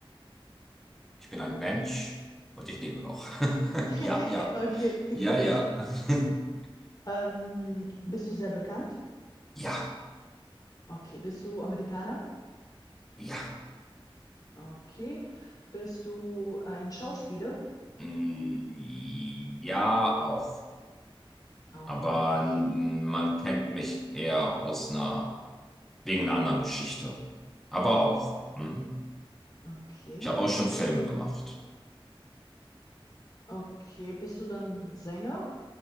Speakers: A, in the centre; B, on the left.
A: Ich bin ein Mensch und ich lebe noch. <laughs>
B: <laughs>
A: Ja, ja.
B: Okay, okay.
A: Ja, ja. <laughs>
B: Ähm, bist du sehr bekannt?
A: Ja,
B: Okay. Bist du Amerikaner?
A: ja.
B: Okay. Bist du ein Schauspieler?
A: Mm, Ja, auch.
B: Auch
A: Aber
B: okay,
A: mm, man kennt mich eher aus einer, wegen einer anderen Geschichte. Aber auch. Mhm.
B: okay.
A: Ich habe auch schon Filme gemacht.
B: Okay. Bist du dann Sänger?